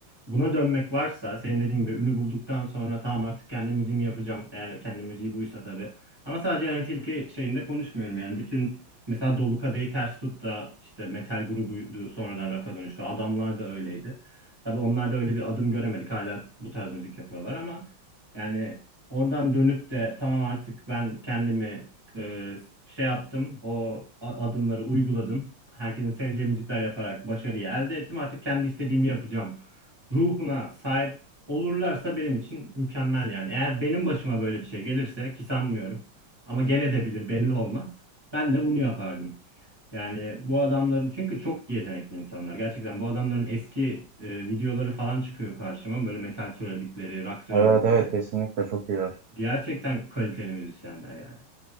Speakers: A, on the right; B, on the right.
A: buna dönmek varsa, senin dediğin gibi ünü bulduktan sonra tamam artık kendi müziğimi yapacağım. Eğer kendi müziği buysa tabii. Ama sadece yani tilki şeyinde konuşmuyorum yani. Bütün mesela Dolu Kadehi Ters Tut da işte metal grubuydu sonradan rock'a dönüştü. Adamlar da öyleydi. Tabii onlar da öyle bir adım göremedik. Hala bu tarz müzik yapıyorlar ama yani oradan dönüp de tamam artık ben kendimi e, şey yaptım. O a- adımları uyguladım. Herkesin seveceği müzikler yaparak başarıyı elde ettim. Artık kendi istediğimi yapacağım. Ruhuna sahip olurlarsa benim için mükemmel yani. Eğer benim başıma böyle bir şey gelirse ki sanmıyorum ama gel edebilir belli olmaz. Ben de bunu yapardım. Yani bu adamların çünkü çok yetenekli insanlar. Gerçekten bu adamların eski e, videoları falan çıkıyor karşıma. Böyle metal söyledikleri, rock söyledikleri.
B: Evet evet kesinlikle çok iyiler.
A: Gerçekten kaliteli müzisyenler yani.